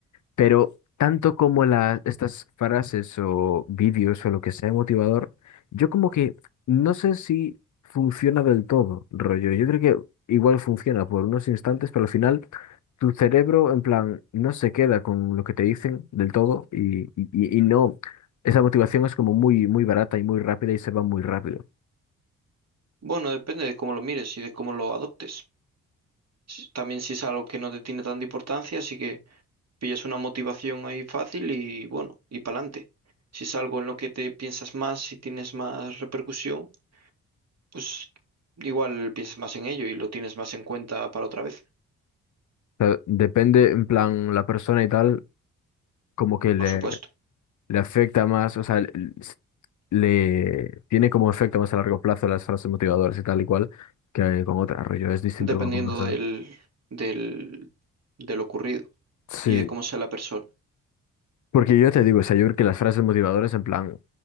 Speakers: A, on the left; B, on the right.
A: Pero tanto como la- estas frases o vídeos o lo que sea motivador, yo como que no sé si funciona del todo, rollo. Yo creo que igual funciona por unos instantes, pero al final tu cerebro en plan no se queda con lo que te dicen del todo y, y, y- y no, esa motivación es como muy, muy barata y muy rápida y se va muy rápido.
B: Bueno, depende de cómo lo mires y de cómo lo adoptes. s- También si es algo que no te tiene tanta importancia, así que pillas una motivación ahí fácil y bueno, y para adelante. Si es algo en lo que te piensas más, si tienes más repercusión, pues igual piensas más en ello y lo tienes más en cuenta para otra vez,
A: O sea, depende en plan la persona y tal, como que le,
B: por supuesto,
A: le afecta más, o sea, le tiene como efecto más a largo plazo las frases motivadoras y tal y cual que con otra rollo, es distinto
B: dependiendo
A: para cada persona.
B: del, del, de lo ocurrido
A: Sí,
B: y de cómo sea la persona.
A: porque yo te digo, o sea, yo creo que las frases motivadoras en plan,